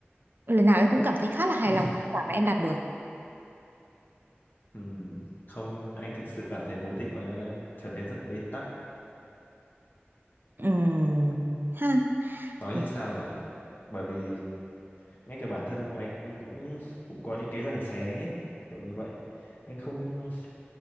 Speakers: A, on the right; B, on the left.
A: lần nào em cũng cảm thấy khá là hài
B: <laughs>
A: lòng với kết quả mà em đạt được
B: Ừ. không nhưng mà anh thực sự cảm thấy mối tình của anh đang trở nên rất bế tắc
A: Ừm, ha
B: nói
A: Ừm.
B: như sao nhỉ bởi vì ngay cả bản thân của anh cũng cũng có những cái giằng xé kiểu như vậy anh không